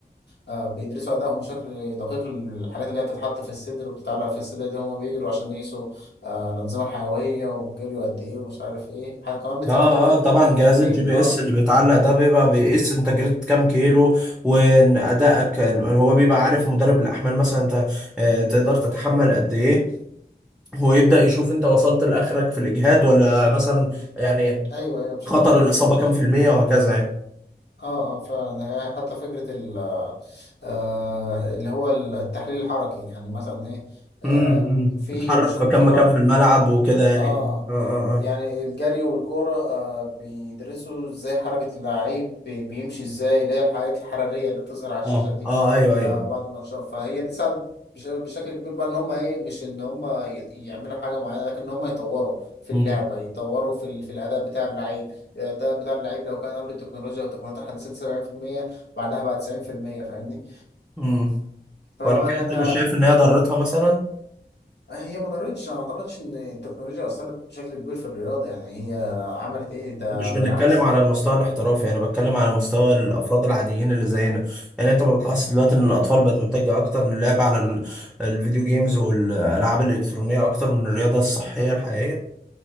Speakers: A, on the left (about 80°); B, in the centre.
A: آه بيدرسوا أدائهم بشكل دقيق الحاجات اللي هي بتتحط في الصدر وبتتعلق في الصدر دي هم بيجروا عشان يقيسوا آه الأنظمة الحيوية والجري قد إيه ومش عارف إيه حاجة كمان بتساعدهم
B: اه
A: في الت...
B: اه طبعا
A: في التمرين
B: جهاز الجي بي
A: اه
B: اس اللي بيتعلق ده بيبقى بيقيس انت جريت كام كيلو وادائك هو بيبقى عارف مدرب الاحمال مثلا انت آه، تقدر تتحمل قد ايه هو يبدا يشوف انت وصلت لاخرك في الاجهاد ولا مثلا يعني
A: ايوه ايوه بشكل
B: خطر
A: كبير
B: الاصابه
A: انا
B: كام
A: س-
B: في المية وهكذا يعني
A: اه اه فعلا هي حتى فكره ال آه اللي هو التحليل الحركي يعني مثلا ايه آه
B: امم
A: في
B: اتحرك
A: بشوف
B: في كام
A: في بعض
B: مكان في الملعب وكده يعني
A: اه
B: اه اه
A: يعني الجري والكورة آه بيدرسوا ازاي حركة اللعيب بي- بيمشي ازاي اللي هي الحاجات الحرارية اللي بتظهر على الشاشة
B: اه اه
A: دي
B: اه ايوه ايوه
A: آه بعد ما نشوف فهي دي ساعدت بش- بشكل كبير بقى ان هم ايه مش ان هم ي- يعملوا حاجة معينة لكن ان هم يطوروا في
B: امم
A: اللعبة يطوروا في, ال... في الأداء بتاع اللعيب الأداء بتاع اللعيب لو كان قبل التكنولوجيا والتقنيات الحديثة دي 70% بعدها بقى 90% فاهمني
B: امم
A: فيعني
B: ولكن انت مش شايف ان هي ضرتها مثلا
A: هي ما ضرتش أنا ما اعتقدش ان التكنولوجيا اثرت بشكل كبير في الرياضه يعني هي عملت ايه ده
B: مش بنتكلم
A: بالعكس
B: على
A: يعني
B: المستوى الاحترافي انا بتكلم على مستوى الافراد العاديين اللي زينا يعني انت ما بتلاحظ دلوقتي ان الاطفال بقت متجهه اكتر للعب على ال- الفيديو جيمز والالعاب الالكترونيه اكتر من الرياضه الصحيه الحقيقيه